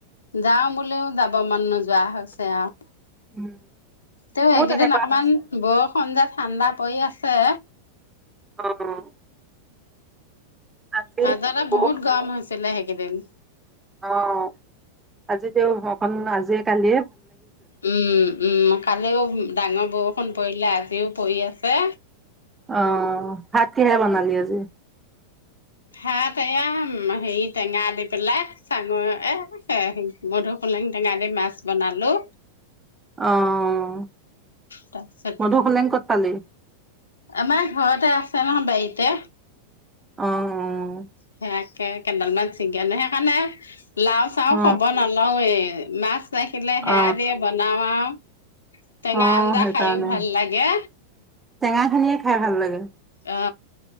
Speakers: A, on the left; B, on the right.
A: যাওঁ বুলিও, যাব মন নোযোৱা হৈছে আৱ
B: উম
A: তেওঁ
B: মোৰ
A: এইকেইদিন
B: তেনেকুৱা
A: অকমান
B: হৈছে
A: বৰষুণ যে ঠাণ্ডা পৰি আছে।
B: অ'। আজি
A: মাজতে,
B: বৰষুণ
A: বহুত গৰম হৈছিলে। কেইদিন
B: অ' আজি তেওঁ ঘৰখন আজিয়ে, কালি
A: উম, উম, কালিও ডাঙৰ বৰষুণ পৰিলে। আজিও পৰি আছে।
B: অ' ভাত কিহেৰে বনালি আজি?
A: হা' টেঙা, হেৰি টেঙা দি পেলাই, চাংমৰা এ' মধুসোলেং টেঙা দি মাছ বনালো।
B: অ'।
A: তাৰপিছত
B: মধুসোলেং ক'ত পালি?
A: আমাৰ ঘৰতে আছে নহয়, বাৰীতে।
B: অ' উম।
A: সেয়াকে, কেইডাল মান, চিগা <unintelligible> সেইকাৰণে লাও-চাও,
B: অ
A: খব নলৱে মাছ। ৰাখিলে
B: অ
A: সেয়া দিয়ে, বনাও আৰু। টেঙা
B: অ'
A: আঞ্জা
B: সেইকাৰণে,
A: খাইও ভাল লাগে
B: টেঙাখিনিয়ে খাই ভাল লাগে।
A: অ